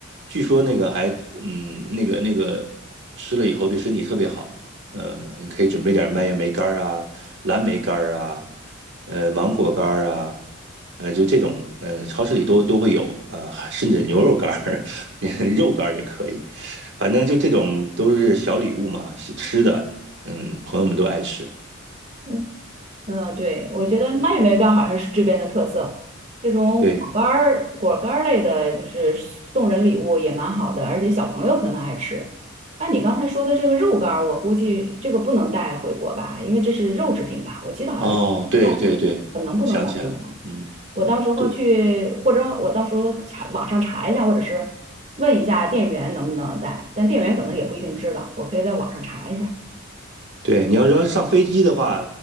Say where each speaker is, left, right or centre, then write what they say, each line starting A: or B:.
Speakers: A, on the right; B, on the right.
A: 据说那个还嗯那个那个吃了以后对身体特别好。嗯，你可以准备点蔓越莓干儿啊、蓝莓干儿啊、呃芒果干儿啊，呃就这种，呃超市里都都会有啊、还甚至牛肉干儿、<laughs> 肉干儿也可以，反正就这种都是小礼物嘛，是吃的，嗯，朋友们都爱吃。
B: 嗯嗯，对，我觉得蔓越莓干好像是这边的特色。这种果干儿、
A: 对，
B: 果干儿类的，就是送人礼物也蛮好的，而且小朋友可能爱吃。那你刚才说的这个肉干儿，我估计这个不能带回国吧，因为这是肉制品吧？我记得好像是带回可能不能带回国。
A: 哦，对对对，想起来了，嗯，
B: 我到时候去，
A: 对，
B: 或者我到时候查网上查一下，或者是问一下店员能不能带，但店员可能也不一定知道，我可以在网上查一下。
A: 对，你要说上飞机的话，